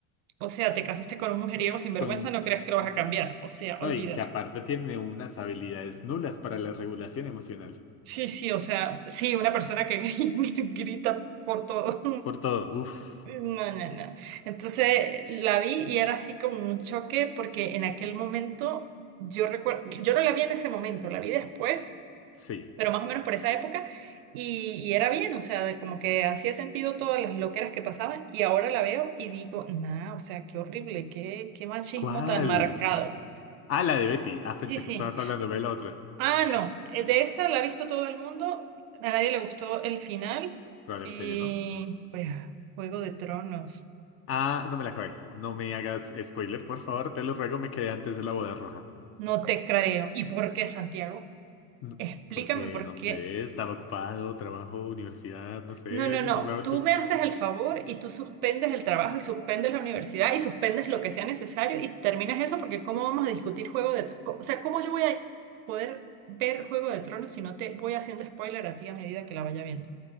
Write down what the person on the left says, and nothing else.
Con un-
No,
y que aparte tiene unas habilidades nulas para la regulación emocional.
Por todo, uff.
Sí.
¿Cuál?
Ah, la de Betty. Ah,
pensé
que estabas hablando de la otra.
Probablemente
yo no.
Ah, no me la acabé. No me hagas spoiler, por favor, te lo ruego, me quedé antes de la boda roja.
N-
Porque,
no
sé, estaba ocupado, trabajo, universidad, no sé,
no me daba
el tiempo.